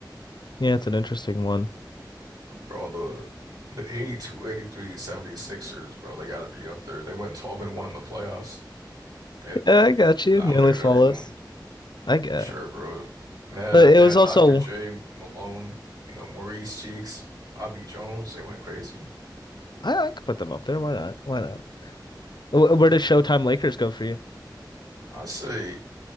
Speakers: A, on the left; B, on the right.
A: yeah, it's an interesting one.
B: bro? The the 82, 83, 76ers, bro. They got to be up there. They went 12 and one in the playoffs. They
A: Yeah, I got you.
B: dominated
A: Nearly flawless.
B: everyone.
A: I guess.
B: For sure, bro. They had,
A: But it
B: they
A: was
B: had
A: also
B: Dr. J, Malone, you know, Maurice Cheeks, Bobby Jones. They went crazy.
A: I, I could put them up there. Why not? Why not? Wh- Where does Showtime Lakers go for you?
B: I'd say